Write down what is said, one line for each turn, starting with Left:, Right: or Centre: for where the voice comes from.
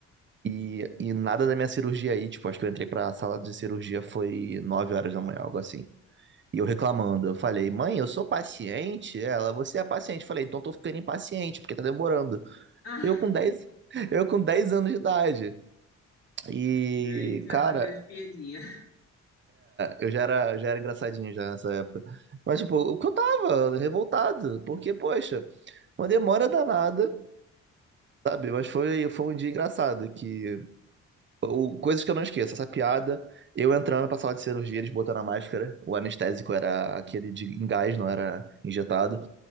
Right: E, e nada da minha cirurgia aí, tipo, acho que eu entrei pra sala de cirurgia foi 9 horas da manhã, algo assim. E eu reclamando. Eu falei, mãe, eu sou paciente? Ela, você é paciente. Eu falei, então tô ficando impaciente, porque tá demorando.
Left: Ah,
Right: Eu com 10 <laughs> eu com 10 anos de idade. E,
Left: <laughs> gente, já
Right: cara,
Left: fazia as piadinhas.
Right: eu já era, já era engraçadinho já nessa época. Mas, tipo, o que eu tava revoltado, porque, poxa, uma demora danada, sabe? Mas foi, foi um dia engraçado, que o, coisas que eu não esqueço, essa piada, eu entrando pra sala de cirurgia, eles botando a máscara, o anestésico era aquele de em gás, não era injetado.